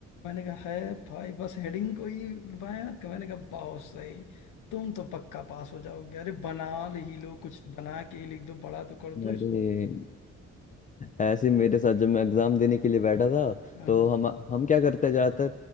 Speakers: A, on the left; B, on the left.
A: मैंने कहा है भाई बस हेडिंग को ही बाएं हाथ का मैंने कहा बहुत सही तुम तो पक्का पास हो जाओगे अरे बना ही लो कुछ बना के ही लिख दो बड़ा तो कर
B: अरे
A: दो इसको
B: ऐसे ही मेरे साथ जब मैं एग्जाम देने के लिए बैठा था
A: हाँ
B: तो
A: हाँ
B: हम हम क्या करते हैं ज्यादातर